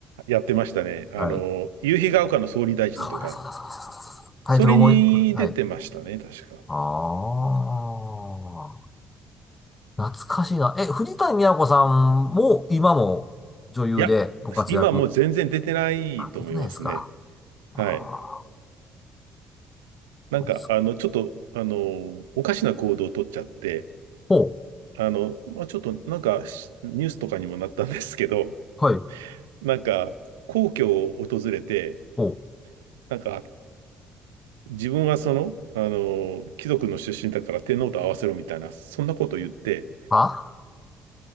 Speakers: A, on the right; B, on the left.
A: やってましたね。あの、
B: はい。そ
A: 夕日が丘の総理大臣とか、
B: うだ、そうだ、そうだ、そうだ、そうだ。タイトル思い、
A: それに出てましたね、
B: はい。
A: 確か。
B: ああ。懐かしいな。え、藤谷美和子さんも、今も女優でご活躍。
A: いや、今もう全然出てないと思いますね。
B: あ、出てないですか。
A: はい。
B: あ
A: なんか、
B: ー
A: あの、ちょっと、あの、おかしな行動を取っちゃって、
B: ほう。
A: あの、まあ、ちょっとなんかしニュースとかにもなったんですけど、<laughs>
B: はい。
A: なんか皇居を訪れて、
B: ほう。
A: なんか自分はその、あの、貴族の出身だから天皇と合わせろみたいな、そんなこと言って、
B: あ